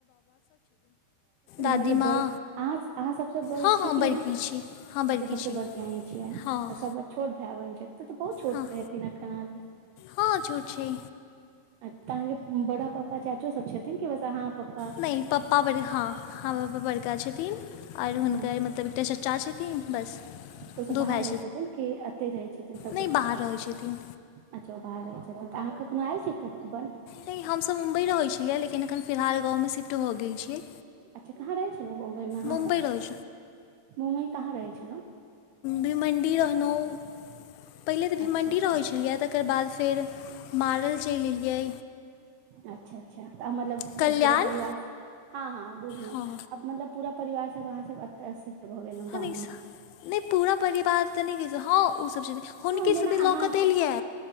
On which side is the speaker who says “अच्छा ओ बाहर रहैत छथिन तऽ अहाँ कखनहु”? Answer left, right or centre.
Right